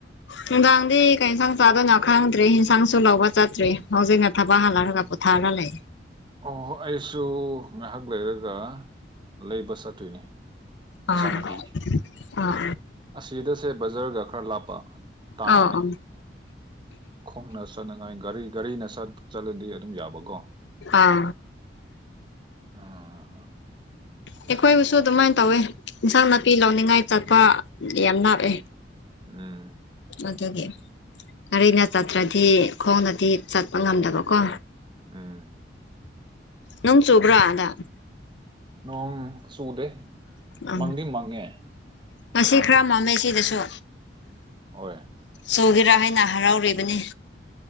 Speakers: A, on the left; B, on the right.
A: ꯅꯨꯡꯗꯥꯡꯗꯤ ꯀꯩ ꯏꯟꯁꯥꯡ ꯆꯥꯗꯅ ꯈꯪꯗ꯭ꯔꯦ ꯏꯟꯁꯥꯡꯁꯨ ꯂꯧꯕ ꯆꯠꯇ꯭ꯔꯦ ꯍꯧꯖꯤꯛꯅ ꯊꯕꯛ ꯍꯜꯂꯔꯒ ꯄꯨꯊ ꯊꯥꯔ ꯂꯩ
B: ꯑꯣ ꯑꯩꯁꯨ ꯉꯥꯏꯍꯥꯛ ꯂꯩꯔꯒ ꯂꯩꯕ ꯆꯠꯇꯣꯏꯅꯤ ꯏꯟꯁꯥꯡ
A: ꯑꯥ
B: ꯅꯥꯄꯤ
A: ꯑꯥ
B: ꯑꯁꯤꯗꯁꯦ ꯕꯖꯔꯒ ꯈꯔ ꯂꯥꯞꯄ ꯇꯥꯡꯉꯤꯅꯦ
A: ꯑꯣ ꯑꯣ
B: ꯈꯣꯡꯅ ꯆꯠꯅꯉꯥꯏ ꯒꯥꯔꯤ ꯒꯥꯔꯤꯅ ꯆꯠꯂꯗꯤ ꯑꯗꯨꯝ ꯌꯥꯕꯀꯣ
A: ꯑꯥ
B: ꯑꯥ ꯑꯥ
A: ꯑꯩꯈꯣꯏꯕꯨꯁꯨ ꯑꯗꯨꯃꯥꯏꯅ ꯇꯧꯋꯦ ꯏꯟꯁꯥꯡ ꯅꯥꯄꯤ ꯂꯧꯅꯤꯡꯉꯥꯏ ꯆꯠꯄ ꯌꯥꯝ ꯅꯥꯞꯑꯦ
B: ꯎꯝ
A: ꯑꯗꯨꯒꯤ ꯒꯔꯤꯅ ꯆꯠꯇ꯭ꯔꯗꯤ ꯈꯣꯡꯗꯗꯤ ꯆꯠꯄ ꯉꯝꯗꯕꯀꯣ
B: ꯎꯝ
A: ꯅꯪ ꯆꯨꯕ꯭ꯔꯥ ꯑꯗ
B: ꯅꯣꯡ ꯆꯨꯗꯦ
A: ꯑ
B: ꯃꯪꯗꯤ ꯃꯪꯉꯦ
A: ꯉꯁꯤ ꯈꯔ ꯃꯝꯃꯦ ꯁꯤꯗꯁꯨ
B: ꯍꯣꯏ
A: ꯁꯧꯒꯦꯔꯥ ꯍꯥꯏꯅ ꯍꯔꯥꯎꯔꯤꯕꯅꯤ